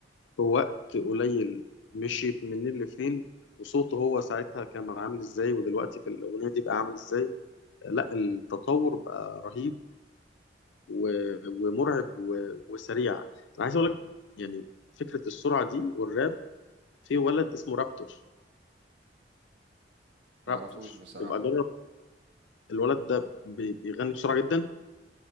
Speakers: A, on the left; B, on the right.
A: في وقت قليل مشيت منين لفين وصوته هو ساعتها كان عامل ازاي ودلوقتي في الأغنية دي بقى عامل ازاي لا التطور بقى رهيب و- ومرعب و- وسريع انا عايز اقول لك يعني فكرة السرعة دي والراب في ولد اسمه رابتور
B: ما
A: رابتور
B: اعرفوش بصراحة
A: يبقى جرب الولد ده بي- بيغني بسرعة جدا